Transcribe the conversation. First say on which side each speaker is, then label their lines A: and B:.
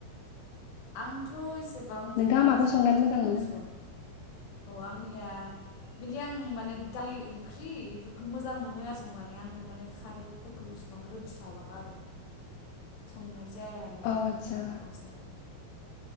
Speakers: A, on the left; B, on the left.
A: आंथ' एसे गोबां
B: नोंथाङा
A: जेनेबा
B: माखौ
A: खारै
B: संनानै
A: ओंख्रिफोर
B: मोजां मोनो
A: इसिबां औ आंनिया बिदि आं माने दालि ओंख्रि बेफोरखौ मोजां मोनो आरो संनानै आङो। माने खारैफोरखौ इसेबां रोंस्लाबा आरो। संनाय जाया नालाय
B: अ आदसा
A: ओंखायनो बा हास्लाबा।